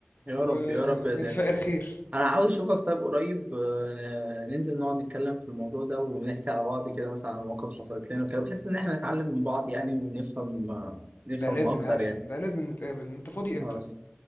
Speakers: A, on the right; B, on the left.
A: يا
B: ونتفائر
A: رب يا رب يا زين
B: خير
A: انا عاوز اشوفك طيب قريب آه، ننزل نقعد نتكلم في الموضوع ده ونحكي على بعض كده مثلا على مواقف حصلت لنا وكده بحيث ان احنا نتعلم من بعض يعني ونفهم آه، نفهم
B: ده لازم
A: اكتر
B: يا حسن
A: يعني
B: ده لازم نتقابل انت فاضي
A: خلاص
B: امتى